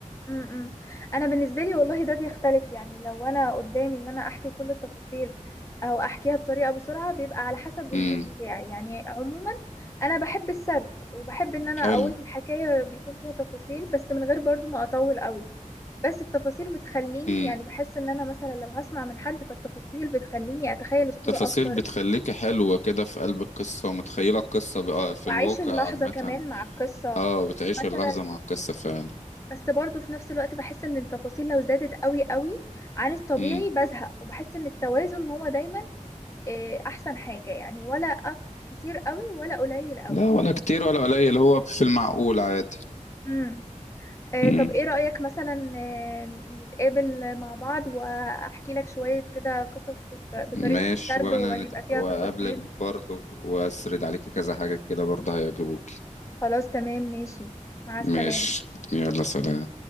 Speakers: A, on the left (about 20°); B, on the left (about 60°).
A: امم انا بالنسبة لي والله ده بيختلف يعني لو انا قدامي ان انا احكي كل التفاصيل او احكيها بطريقة بسرعة بيبقى على حسب المود
B: امم
A: بتاعي يعني عموما انا بحب السرد وبحب ان انا
B: حلو
A: اقول الحكاية بيكون فيها تفاصيل بس من غير برضو ما اطول قوي بس التفاصيل بتخليني
B: امم
A: يعني بحس ان انا مثلا لو هسمع من حد فالتفاصيل بتخليني اتخيل الصورة
B: تفاصيل
A: اكتر
B: بتخليك حلوة كده في قلب القصة ومتخيلة القصة بقى في
A: وأعيش
B: الواقع
A: اللحظة
B: عامة
A: كمان مع القصة
B: اه بتعيش
A: مثلا
B: اللحظة مع القصة فعلا
A: بس برضو في نفس الوقت بحس إن التفاصيل لو زادت قوي قوي عن الطبيعي
B: امم
A: بزهق وبحس إن التوازن هو دايما آه، أحسن حاجة يعني ولا أك... كتير قوي ولا قليل قوي
B: لا ولا كتير ولا قليل هو في المعقول عادي
A: امم آه،
B: امم
A: طب إيه رأيك مثلا آه، نتقابل مع بعض وأحكي لك شوية كده قصص بت... بطريقة
B: ماشي
A: السرد
B: وانا
A: ويبقى
B: نت...
A: فيها
B: وأقابلك
A: تفاصيل
B: برضو وأسرد عليك كذا حاجة كده برضه هيعجبوك
A: خلاص تمام ماشي مع السلامة
B: ماشي يلا سلام